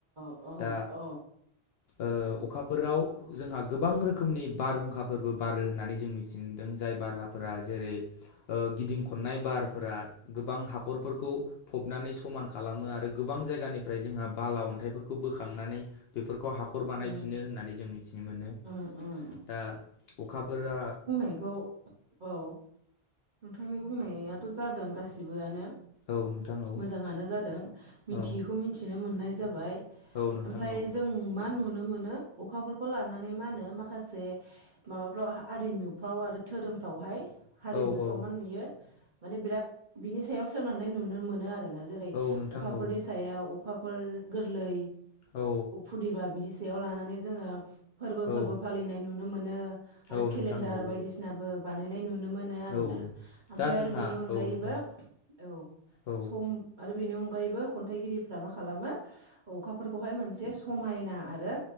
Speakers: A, on the right; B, on the left.
A: अ
B: दा
A: अ
B: ओ अखाफोराव जोंहा गोबां रो खोमनि बारहुंखाफोरबो बारो होननानै जों मिथिदों जाय बाराफोरा जेरै ओ गिदिं खननाय बार फोर गोबां हाखरफोरखौ फबनानै समान खालामो आरो गोबां जायगानिफ्राय जोंहा बाला अन्थाइफोरखौ बोखांनानै फोरखौ हाखर बानायफिनो
A: उम
B: होननानै जों मिथिनो मोनो
A: उम उम
B: दा अखाफोरा
A: बेखौ औ नोंथांनि बुंनायाथ' जादों गासिबोआनो।
B: औ नोंथां। औ
A: मोजाङानो जादों मिथियैखौ
B: औ
A: मिथिनो मोननाय जाबाय
B: औ नोंथां
A: ओमफ्राय
B: औ
A: जों मा नुनो मोन नो अखाफोरखौ लानानै मा होनो माखासे माबाफ्राव आरिमुफ्राव आरो धोरोमफ्रावहाय हारिमु
B: औ औ
A: यो माने बिराद बिनि सायाव सोननानै नुनो मोनो आरोना। जेरै
B: औ नोंथां
A: अखाफोरनि
B: औ
A: सायाव अखाफोर गोरलै
B: औ
A: फुदिबा बिदि सायाव लानानै जोङो फोरबो
B: औ
A: फोरबो फालिनाय नुनो मोनो आरो
B: औ
A: केलेन्डार
B: नोंथां औ
A: बायदिसिनाबो बानायनाय नु नुनो मोनो आरो
B: औ
A: ना। ओमफ्राय
B: दा जोंहा
A: आरो बेनि अनगायैबो
B: औ नोंथां
A: औ
B: औ
A: सम आरो बेनि अ नगायैबो खन्थाइगिरिफ्रा मा खालामो अखाफोरखौहाय मोनसे समायना आरो